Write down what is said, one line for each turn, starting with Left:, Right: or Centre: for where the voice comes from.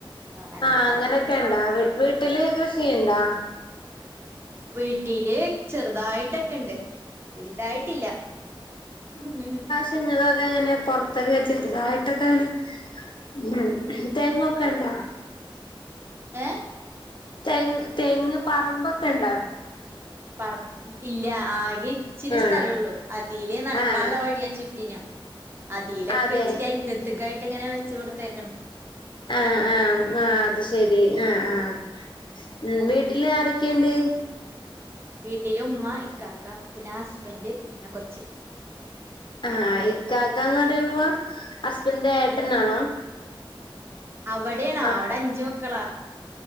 Right: അനങ്ങനെ
Left: ആ അങ്ങനൊക്കെ ഇണ്ടാ വീട്ടില് കൃഷിയിണ്ടാ
Right: വീട്ടില് ചെറുതായിട്ടൊക്കെണ്ട് വലുതായിട്ടില്ല ഉം ഹ്
Left: ചങ്ങളൊക്കെ ഇങ്ങനെ പുറത്തൊക്കെ ചെറുതായിട്ടൊക്കെയാണ് ഉം തെങ്ങൊക്കെ ഉണ്ടാ?
Right: ഏഹ്
Left: തെങ്ങ് തെങ്ങ് പറമ്പൊക്കെ ഇണ്ടാ?
Right: പറ ഇല്ല ആകെ ഇച്ചിരി
Left: ആഹ്
Right: സ്ഥലമള്ളൂ അതിലേ നടക്കാനുള്ള
Left: ആഹ്
Right: വഴിയാ ചുറ്റിന് അതിലൊക്കെ
Left: അതെ
Right: ഇച്ചിരി അരിഗത്തക്കായിട്ട് ഇങ്ങനെ വെച്ച കൊടുത്തേക്കണ്
Left: ആഹ് ആഹ് ആ അത് ശരി ആഹ് ആഹ് ഉം വീട്ടില് ആരൊക്കെയണ്ട്
Right: വീട്ടില് ഉമ്മ ഇക്കാക്ക പിന്നെ ഹസ്ബൻഡ് ന്നെ കൊച്ച്
Left: ആഹ് ഇക്കാക്കന്ന് പറയുമ്പോ ഹസ്ബൻഡന്റെ ഏട്ടനാണോ?
Right: അവിടെയാണോ
Left: ആഹ്
Right: അവിടെ അഞ്ചു മക്കളാ